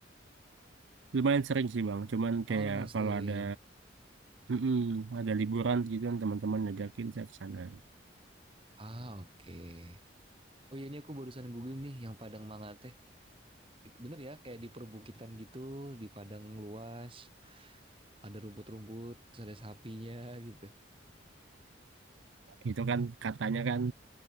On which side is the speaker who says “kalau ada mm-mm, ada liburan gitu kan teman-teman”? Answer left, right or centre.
Right